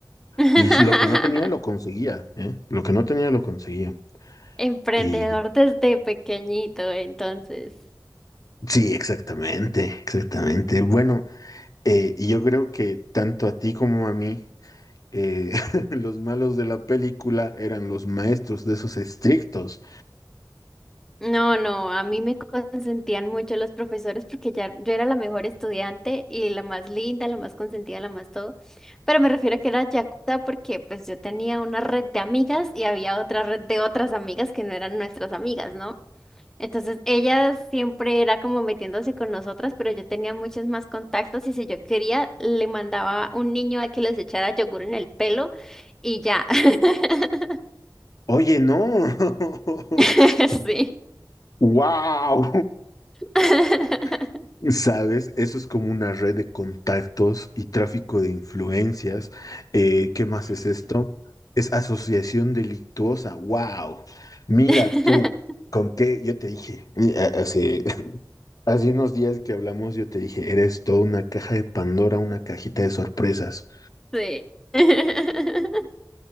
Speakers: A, in the centre; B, on the left (about 50°).
A: <laughs>
B: Y si lo que no tenía lo conseguía, ¿eh? Lo que no tenía lo conseguía.
A: Emprendedor
B: Y.
A: desde pequeñito, entonces.
B: Sí, exactamente, exactamente. Bueno, Eh, y yo creo que tanto a ti como a mí, eh, <laughs> los malos de la película eran los maestros de esos estrictos.
A: No, no, a mí me consentían mucho los profesores porque ya yo era la mejor estudiante y la más linda, la más consentida, la más todo. Pero me refiero a que era yakuza porque pues yo tenía una red de amigas y había otra red de otras amigas que no eran nuestras amigas, ¿no? Entonces ellas siempre era como metiéndose con nosotras, pero yo tenía muchos más contactos y si yo quería le mandaba un niño a que les echara yogur en el pelo y ya. <laughs>
B: Oye, no. <laughs>
A: Sí.
B: ¡Wow!
A: <laughs>
B: <laughs> ¿Sabes? Eso es como una red de contactos y tráfico de influencias. Eh, ¿qué más es esto? Es asociación delictuosa. ¡Wow! Mira
A: <laughs>
B: tú, con qué yo te dije eh, eh, hace, Hace unos días que hablamos, yo te dije, eres toda una caja de Pandora, una cajita de sorpresas.
A: Sí. <laughs>